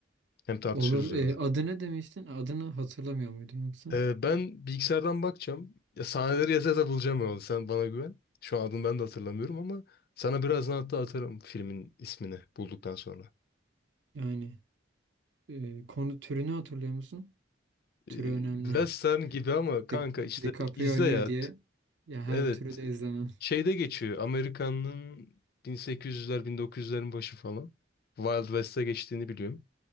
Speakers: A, on the left (about 50°); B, on the right (about 70°).
A: Hem tartışırız
B: Olur.
A: üzerine.
B: E, adı ne demiştin? Adını hatırlamıyor muydun yoksa?
A: Ee, ben bilgisayardan bakacağım. Ya sahneleri yaza yaza bulacağım ya. Sen bana güven. Şu an adını ben de hatırlamıyorum ama sana birazdan hatta atarım filmin ismini bulduktan sonra.
B: Yani e, konu türünü hatırlıyor musun? Türü
A: Ee,
B: önemli.
A: Western gibi ama
B: <laughs>
A: kanka
B: Di
A: işte
B: DiCaprio
A: izle
B: oynuyor
A: ya.
B: diye ya her
A: Evet.
B: türü de izlemem.
A: Şeyde geçiyor. Amerika'nın 1800'ler 1900'lerin başı falan. Wild West'e geçtiğini biliyorum.